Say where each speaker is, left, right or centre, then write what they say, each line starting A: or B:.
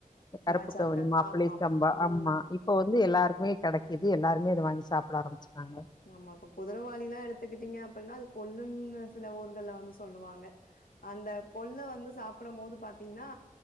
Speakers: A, on the left; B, on the left.
A: கருப்பு
B: ராஜாக்கள்.
A: கவுனி மாப்பிள்ளை
B: ஆமாமா.
A: சம்பா
B: ம்.
A: அம்மா இப்போ வந்து எல்லாருக்குமே கெடைக்கிது எல்லாருமே இத வாங்கி சாப்புட ஆரம்புச்சுட்டாங்க
B: ஆமா இப்ப குதுரவாளிலா எடுத்துக்கிட்டீங்க அப்பின்னா அது கொல்லுன்னு சில ஊர்கள்ல வந்து சொல்லுவாங்க அந்த கொல்லு வந்து சாப் ப்டம் போது பாத்தீங்கன்னா